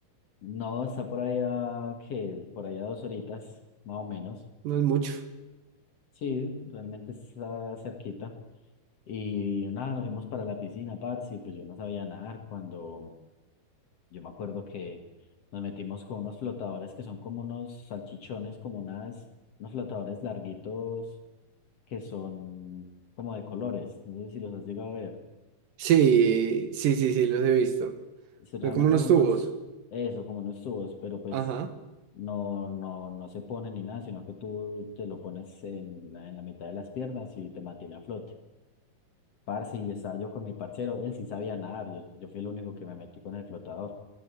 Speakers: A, on the left; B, on the right.
A: no, está por allá, que por allá dos horitas, más o menos.
B: no es mucho.
A: Sí, realmente está cerquita. Y nada, nos fuimos para la piscina, parce, y pues yo no sabía nadar cuando yo me acuerdo que nos metimos con unos flotadores que son como unos salchichones, como unas, unos flotadores larguitos que son como de colores. No sé si los has llegado a ver.
B: Sí, sí, sí, sí, los he visto.
A: si realmente
B: Son como unos
A: son
B: tubos.
A: unos, eso, como unos tubos, pero pues
B: Ajá.
A: no, no, no se pone ni nada, sino que tú te lo pones en la, en la mitad de las piernas y te mantiene a flote. Parce, y estaba yo con mi parcero, él sí sabía nadar, yo, yo fui el único que me metí con el flotador.